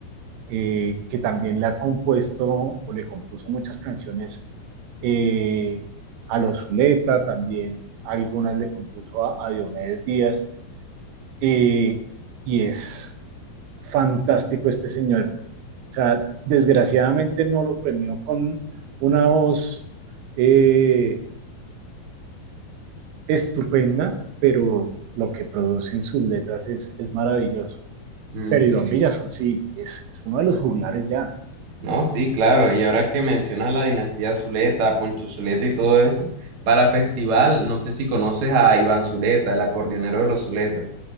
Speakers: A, on the right; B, on the right.
A: eh, que también le ha compuesto o le compuso muchas canciones eh, a los Zuleta, también algunas le compuso a, a Diomedes Díaz, eh, y es fantástico este señor. O sea, desgraciadamente no lo premió con una voz eh, estupenda, pero lo que produce en sus letras es, es maravilloso.
B: Mm,
A: Pero Iván Villazón sí, es, es uno de los juglares ya.
B: No, sí, claro. Y ahora que mencionas la dinastía Zuleta, Poncho Zuleta y todo eso, para festival, no sé si conoces a Iván Zuleta, el acordeonero de los Zuleta.